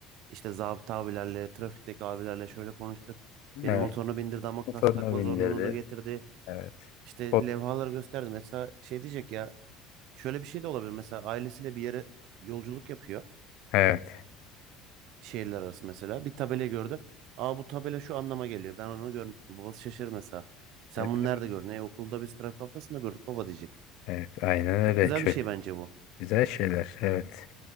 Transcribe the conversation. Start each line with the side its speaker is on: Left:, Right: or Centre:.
Right: işte zabıta abilerle trafikteki abilerle şöyle konuştuk. Benim
Left: Evet.
Right: motoruna bindirdi ama kask
Left: Motorunu
Right: takma
Left: bindirdi.
Right: zorunluluğunu getirdi.
Left: Evet.
Right: İşte
Left: Kod-
Right: levhalar gösterdi. Mesela şey diyecek ya şöyle bir şey de olabilir. Mesela ailesiyle bir yere yolculuk yapıyor.
Left: Evet.
Right: Şehirler arası mesela bir tabela gördü. Aa bu tabela şu anlama geliyor. Ben onu görmüştüm. Babası şaşırır mesela. Sen
Left: Evet.
Right: bunu nerede gördün? E, okulda biz trafik haftasında gördük baba diyecek.
Left: Evet. Aynen öyle.
Right: Çok güzel
Left: Çok
Right: bir şey bence bu.
Left: güzel şeyler. Evet.